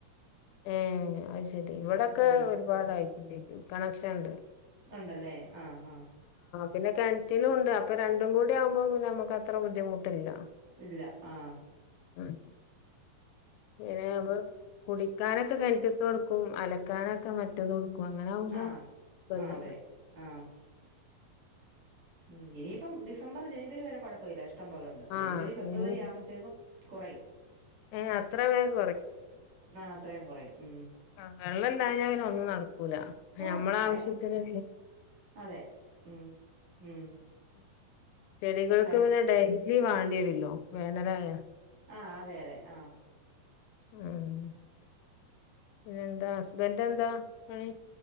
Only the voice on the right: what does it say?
ഉം
ഉം
ഉണ്ടല്ലേ ആ ആഹ്
ഇല്ല ആഹ്
ആ
ആ അതെ ആ ഉം ഇനിയിപ്പം ഡിസംബർ ജനുവരി വരെ കുഴപ്പല്ല. ഇഷ്ടംപോലുണ്ട് ജനുവരി
ഫെബ്രുവരി ആവുമ്പോത്തേക്കും കുറയും
ആ അത്രയും കുറയും ഉം
ഓ
ഭയ
അതെ ഉം ഉം
ഭയ
ആഹ് അതെ അതെ ആഹ്